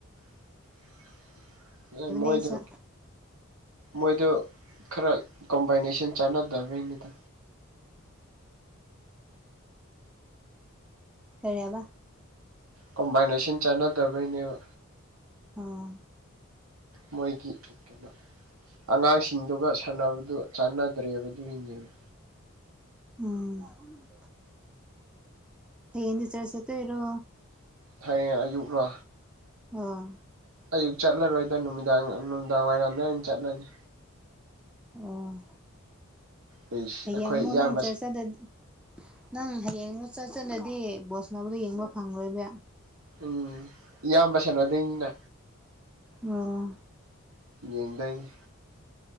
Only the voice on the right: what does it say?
<unintelligible> ꯑꯦ ꯃꯣꯏꯗ
ꯃꯣꯏꯗꯣ ꯈꯔ ꯀꯝꯕꯥꯏꯅꯦꯁꯟ ꯆꯥꯟꯅꯗꯕꯅꯤꯗ
ꯀꯣꯝꯕꯥꯏꯅꯦꯁꯟ ꯆꯥꯟꯅꯗꯕꯩꯅꯦꯕ
ꯃꯣꯏꯒꯤ ꯀꯩꯅꯣ ꯑꯉꯥꯡꯁꯤꯡꯗꯨꯒ ꯁꯥꯟꯅꯕꯗꯨ ꯆꯥꯟꯅꯗ꯭ꯔꯦꯕꯗꯨ ꯗꯨꯏꯅꯦꯕ
ꯍꯌꯦꯡ ꯑꯌꯨꯛꯂꯣ
ꯑꯌꯨꯛ ꯆꯠꯂꯔꯣꯏꯗ ꯅꯨꯃꯤꯗꯥꯡ ꯅꯨꯡꯗꯥꯡ ꯋꯥꯏꯔꯝꯗ ꯑꯣꯏꯅ ꯆꯠꯂꯅꯤ
ꯑꯩꯁ
ꯑꯩꯈꯣꯏ
ꯏꯌꯥꯝꯕ
ꯎꯝ ꯏꯌꯥꯝꯕ ꯁꯅꯣꯗꯣꯏꯅꯤꯅ
ꯌꯦꯡꯗꯣꯏꯅꯦ